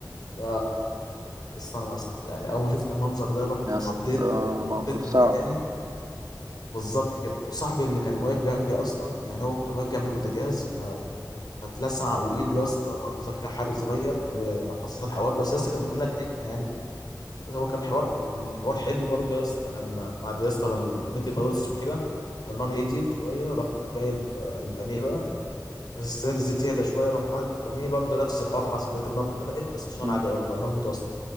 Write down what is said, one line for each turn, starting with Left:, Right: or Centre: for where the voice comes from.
Left: ف أصل انا أص- يعني اول ما شفت المنظر ده رحت
Right: يا
Left: اتخضيت
Right: اسطى
Left: ورحت
Right: موقف
Left: حطيت
Right: صعب
Left: مكاني بالظبط كده وصاحبي اللي كان واقف جنبي اصلا يعني هو كان واقف جنب البوتاجاز اتلسع وايده يا اسطى حصل فيها حرق صغير وحصل حوار بس يا اسطى كان كلنا ضحكنا يعني بس هو كان حوار كان حوار حلو برضه يا اسطى لما بعد يا اسطى ما البانيه خلص وكده والنار هديت شويه ورحت جايب آه، البانيه بقى بس استنيت الزيت يهدى شويه رحت حاطط البانيه برضه نفس الحوار حصل لقيت النار طلعت بس مش نار
Right: مم.
Left: عاليه قوي بقى نار متوسطه